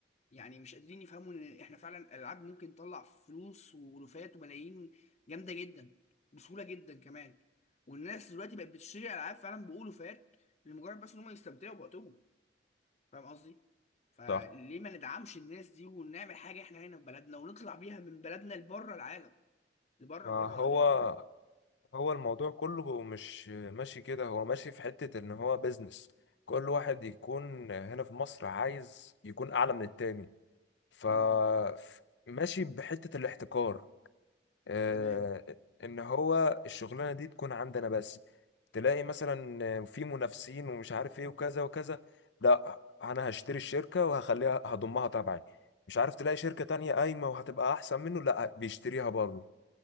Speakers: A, on the left (about 40°); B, on the left (about 80°).
A: يعني مش قادرين يفهموا ان احنا فعلا الالعاب ممكن تطلع فلوس ولوفات وملايين جامده جدا بسهوله جدا كمان والناس دلوقتي بقت بتشتري العاب فعلا بألوفات لمجرد بس ان هم يستمتعوا بوقتهم فاهم قصدي فليه
B: صح
A: ما ندعمش الناس دي ونعمل حاجه احنا هنا في بلدنا ونطلع بيها من بلدنا لبره العالم لبره
B: ما
A: بره
B: هو
A: لبره
B: هو الموضوع كله مش ماشي كده هو ماشي في حتة ان هو بيزنس كل واحد يكون هنا في مصر عايز يكون اعلى من التاني ف
A: امم
B: ف- ماشي بحتة الاحتكار آه،
A: تمام
B: ان هو الشغلانة دي تكون عندنا بس تلاقي مثلا في منافسين ومش عارف ايه وكذا وكذا لا انا هشتري الشركة وهخليها هضمها تبعي مش عارف تلاقي شركة تانية قايمة وهتبقى احسن منه لا بيشتريها برضه